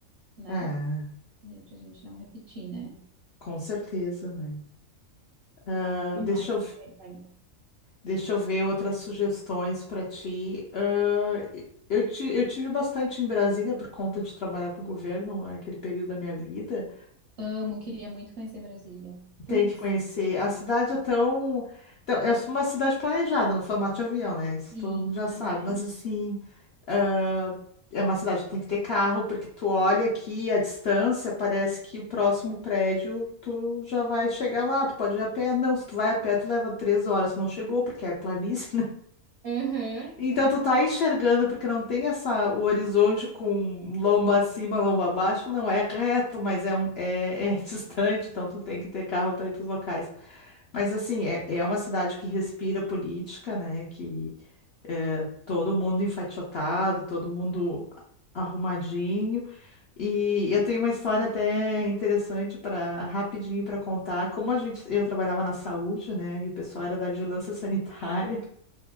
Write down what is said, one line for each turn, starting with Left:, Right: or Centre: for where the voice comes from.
Right: né?
Left: É,
Right: E é pra gente não repetir, né?
Left: com certeza, né? Ah,
Right: E
Left: deixa
Right: mais
Left: eu,
Right: que frequenta.
Left: deixa eu ver outras sugestões para ti. Ah, eu, ti- eu tive bastante em Brasília por conta de trabalhar para o governo, aquele período da minha vida.
Right: Amo, queria muito conhecer Brasília. Putz,
Left: Tem que conhecer. A cidade é tão. tão- É uma cidade planejada no formato de avião, né? Isso
Right: sim,
Left: todo mundo já sabe.
Right: aham,
Left: Mas assim, ah, é uma cidade que tem que ter carro, porque tu olha aqui a distância, parece que o próximo prédio tu já vai chegar lá, tu pode ir a pé. Não, se tu vai a pé, tu leva três horas. Tu não chegou, porque é planície,
Right: aham,
Left: então
Right: aham.
Left: tu tá enxergando porque não tem essa o horizonte com lomba acima, lomba abaixo, não é reto, mas é um é, é <laughs> distante, então tu tem que ter carro para ir para os locais. Mas assim, é, é uma cidade que respira política, né? Que é todo mundo enfaixotado, todo mundo arrumadinho. E eu tenho uma história até interessante para rapidinho para contar. Como a gente, eu trabalhava na saúde, né? E o pessoal era da vigilância <laughs> sanitária.